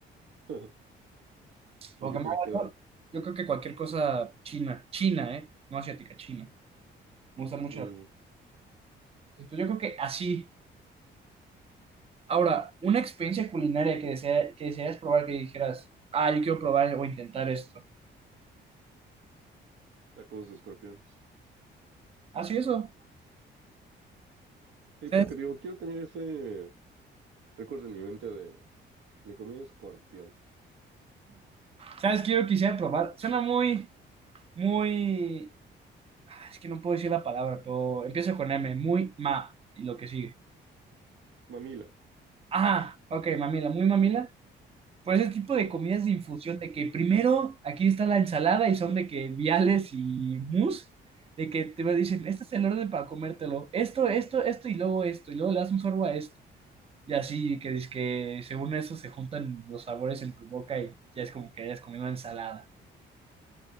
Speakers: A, on the right; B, on the right.
A: <laughs> Ajá. El
B: Lo
A: que
B: que más...
A: te queda.
B: Yo creo que cualquier cosa china. China, ¿eh? No asiática, china. Me gusta mucho.
A: Mm,
B: Entonces, pues yo creo que así. Ahora, una experiencia culinaria que desea, que deseas probar, que dijeras, ah, yo quiero probar o intentar esto.
A: tacos de escorpión.
B: Así eso.
A: Sí,
B: ¿Sabes?
A: porque digo, quiero tener ese recuerdo en mi mente de mi comida escorpión.
B: ¿Sabes qué yo quisiera probar? Suena muy, muy... ah, Es que no puedo decir la palabra, pero empiezo con M, muy ma, y lo que sigue.
A: Mamila.
B: Ajá, ok, mamila, muy mamila. Por ese tipo de comidas de infusión, de que primero aquí está la ensalada y son de que viales y mousse, de que te dicen,
A: Ujú.
B: este es el orden para comértelo, esto, esto, esto y luego esto, y luego le das un sorbo a esto. Y así que dice que según eso se juntan los sabores en tu boca y ya es como que hayas comido ensalada.